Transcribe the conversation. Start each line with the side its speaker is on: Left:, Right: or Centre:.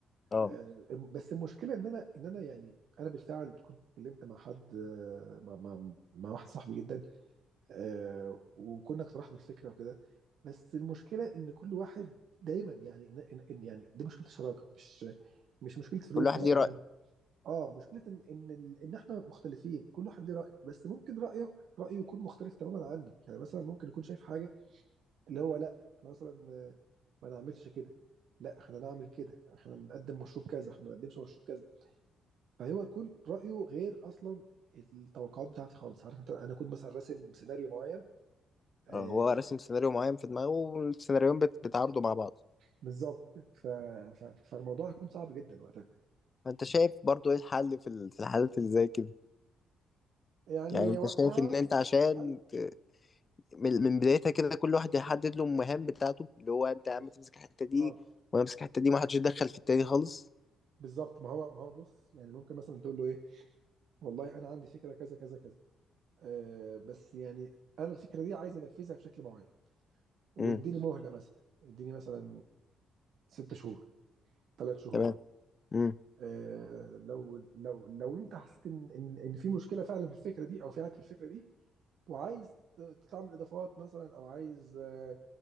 Left: اه
Right: آه، بس المشكله ان انا ان انا يعني انا بالفعل كنت اتكلمت مع حد آه، مع مع, مع واحد صاحبي جدا آه، وكنا اقترحنا الفكره وكده بس المشكله ان كل واحد دايما يعني إن إن إن- يعني دي مشكله الشراكه مش مش مشكله فلوس
Left: كل واحد
Right: ولا
Left: ليه
Right: امان
Left: رأي
Right: اه مشكله ان ان ال- ان احنا مختلفين كل واحد ليه راي بس ممكن رايه رايه يكون مختلف تماما عني يعني مثلا ممكن يكون شايف حاجه اللي هو لا احنا مثلا آه، ما نعملش كده لا احنا نعمل كده احنا نقدم مشروب كذا احنا ما نقدمش مشروب كذا فهو يكون رايه غير اصلا التوقعات بتاعتي خالص عارف انت انا كنت مثلا راسم سيناريو معين آه
Left: اه هو راسم سيناريو معين في دماغه والسيناريوهات بت- بتعارضوا مع بعض
Right: بالظبط ف... ف... فالموضوع هيكون صعب جدا وقتها
Left: فانت شايف برضو ايه الحل في ال- في الحالات اللي زي كده
Right: يعني
Left: يعني انت
Right: وقتها
Left: شايف ان انت عشان
Right: الحل
Left: ت- من من بدايتها كده كل واحد يحدد له المهام بتاعته اللي هو انت يا
Right: بص
Left: عم تمسك الحته دي
Right: اه
Left: وانا امسك الحته دي ما حدش يتدخل في التاني خالص
Right: بالظبط ما هو ما هو بص يعني ممكن مثلا تقول له ايه والله انا عندي فكره كذا كذا كذا آه بس يعني انا الفكره دي عايز انفذها بشكل معين واديني
Left: امم
Right: مهله مثلا اديني مثلا ست شهور ثلاث شهور
Left: تمام امم
Right: آه لو لو لو انت حسيت ان ان ان في مشكله فعلا في الفكره دي او في عيب في الفكره دي وعايز ت- تعمل اضافات مثلا او عايز آه